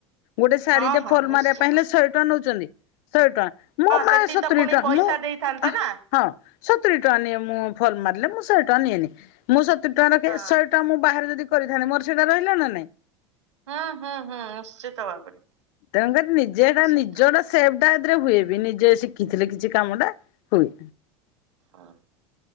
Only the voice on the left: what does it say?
ଗୋଟେ ଶାଢୀଟେ
ଫୋଲ୍
ମାରିବା ପାଇଁ ହେଲେ ସହେ ଟଙ୍କା ନଉଛନ୍ତି ଶହେ ଟଙ୍କା। ମୁଁ
ମା ସତୁରି
ଟଙ୍କା
ମୁଁ
ହଁ ସତୁୁରରି ଟଙ୍କା ନିଏ ମୁଁ ଫଲ ମାରିଲେ ମୁଁ ଶହେ ଟଙ୍କା ନିଏନି ମୁଁ ସତୁରି ଟଙ୍କା ରଖେ
ଶହେ ଟଙ୍କା। ମୁଁ ବାାରେ ଯଦି କରିଥାେ ମୋର ସେଇଟା ରହିଲା ନା ନାଇଁ।
ତେଣୁ ଏଟା ନିଜେଟା
ନିଜର ସେ ଟା ଏଥିରେ ହୁଏ ବି ନିଜେ ଶିଖିଥିଲେ କିଛି କାମ ଟା ହୁଏ।